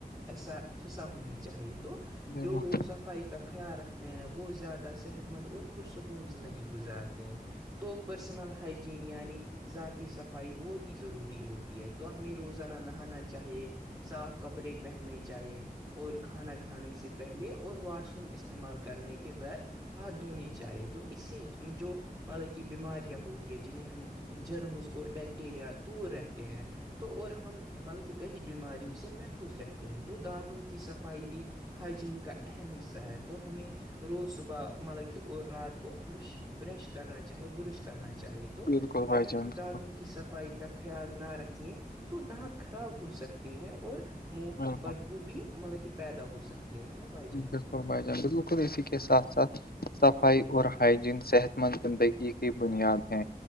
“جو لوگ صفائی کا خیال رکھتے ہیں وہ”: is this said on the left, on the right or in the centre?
Right